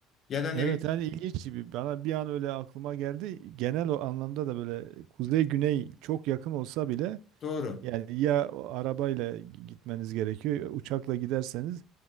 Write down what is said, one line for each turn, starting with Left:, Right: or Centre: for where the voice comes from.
Left: Ya da ne
Right: Evet
Left: bileyim,
Right: hani ilginç gibi bana bir an öyle aklıma geldi. Genel o anlamda da böyle kuzey güney çok yakın olsa bile
Left: doğru.
Right: yani ya o arabayla gi- gitmeniz gerekiyor ya uçakla giderseniz